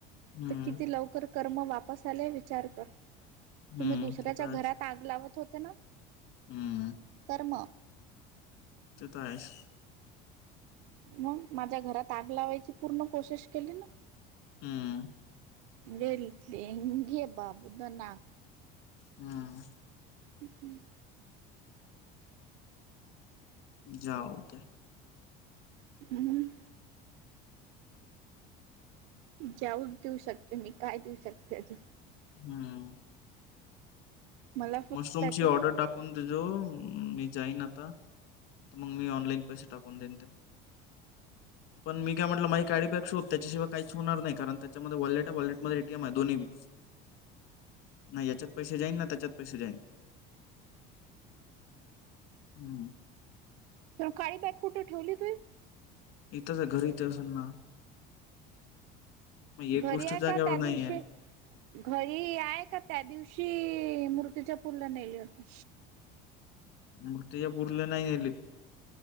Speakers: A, on the left (about 65°); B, on the right (about 75°).
A: हम्म
B: तर किती लवकर कर्म वापस आले विचार कर.
A: हम्म
B: तुम्ही दुसऱ्याच्या
A: ते तर
B: घरात
A: आहेच
B: आग लावत होते ना.
A: हम्म.
B: अ म.
A: ते तर आहेस.
B: मग माझ्या घरात आग लावायची पूर्ण कोशिश केली ना.
A: हम्म.
B: देेलितली हंगे बाबुद्ध ना.
A: हा.
B: ह् हम्.
A: जाऊ दे.
B: हम्म. जाऊ देऊ शकते, मी काय देऊ शकते आता.
A: हम्म.
B: मला फक्त
A: मशरूमची
B: त्याच
A: ऑर्डर टाकून देजो. मी जाईन आता तर मग मी ऑनलाईन. पैशे टाकून दिन ते, पण मी काय म्हटलं माझं काळी बॅग शोध तेच्याशिवाय. काहीच होणार नाही कारण, त्याच्यामध्ये वॉलेट ये वाॅलेटमध्ये एटीएम आहे दोन्ही बी नाही याच्यात. पैसे जाईन ना, त्यांच्यात पैसे जाईन हम्म.
B: तु काळी बॅग कुठे ठेवली ती.
A: इथं तर घरी ते असल ना. मग
B: घरी
A: एक गोष्ट
B: आहे
A: जाग्यावर
B: का त्या
A: नाही
B: दिवशी.
A: आहे
B: घरी आहे का, त्या दिवशी मूर्तीच्या फुलं नेले होती.
A: मृत्यच्या पुरलं नाही घ्येलये.